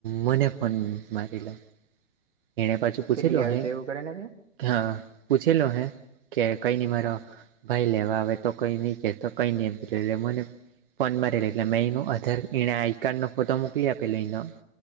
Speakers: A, on the right; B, on the right.
A: મને ફોન મારીલો એને પાછું પૂછેલો
B: કે લઈ આવે
A: ને
B: છે એવું કરે ને કે
A: હા પૂછેલો હે કે કઈની મારો ભાઈ લેવા આવે. તો કઈ નહીં કેતો કંઈ નહી એમ કે મને ફોન મારે રે એટલે મે એનો આધાર એણે આઈકાર્ડનો ફોટો મોકલી આપેલો એનો